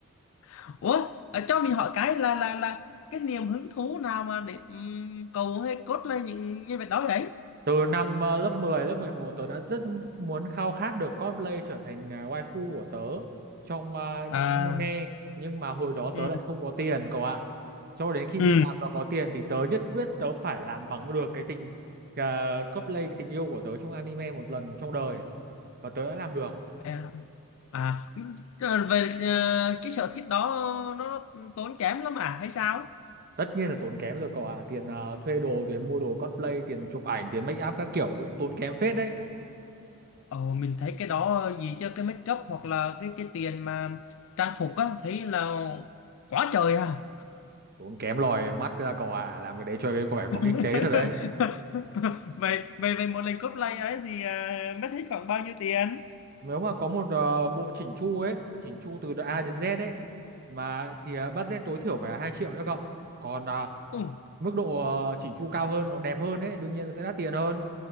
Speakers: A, on the left (about 60°); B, on the right (about 45°).
A: <laughs> ủa ờ, cho mình hỏi cái là là là cái niềm hứng thú nào mà để ừm, cầu hay cốt lên những nhân vật đó vậy
B: Từ năm ờ, lớp 10, lớp 11 tớ đã rất muốn khao khát được cosplay trở thành ờ, waifu của tớ trong ờ,
A: à
B: những anime nhưng mà hồi đó tớ
A: ừ
B: lại không có tiền cậu ạ. Cho đến khi
A: ừ
B: đi làm và có tiền thì tớ nhất quyết tớ phải làm bằng được cái tình ờ, cosplay cái tình yêu của tớ trong anime một lần trong đời và tớ đã làm được.
A: À, à trời, về ờ, cái sở thích đó nó, nó tốn kém lắm à hay sao?
B: Tất nhiên là tốn kém rồi cậu ạ, tiền ờ, thuê đồ, tiền mua đồ cosplay, tiền chụp ảnh, tiền make up các kiểu cũng tốn kém phết đấy.
A: Ồ mình thấy cái đó gì chứ cái make up hoặc là cái cái tiền mà trang phục á thấy là quá trời à.
B: Tốn kém lòi mắt ra cậu ạ, làm cái đấy cho cái phải có
A: <laughs>
B: kinh tế thật đấy.
A: Vậy vậy vậy một lần cosplay ấy thì à, mất hết khoảng bao nhiêu tiền?
B: nếu mà có một ờ, bộ chỉnh chu ấy chỉnh chu từ đợt A đến Z ấy mà thì ờ, budget tối thiểu phải là 2 triệu cho cậu còn ờ,
A: Ui,
B: mức độ ờ, chỉnh chu cao hơn nó đẹp hơn ấy đương nhiên nó sẽ đắt tiền hơn